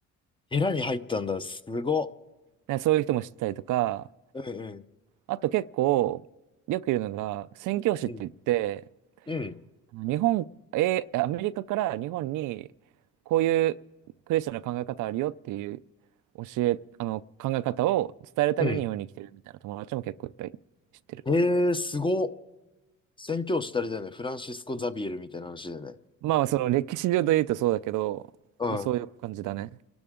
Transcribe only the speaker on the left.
ヘラに入ったんだ。すごっ。
うん、
うん、うん、うん、
うん。えー、すごっ。宣教師たりだよね。フランシスコ・ザビエルみたいな話だよね。
うん。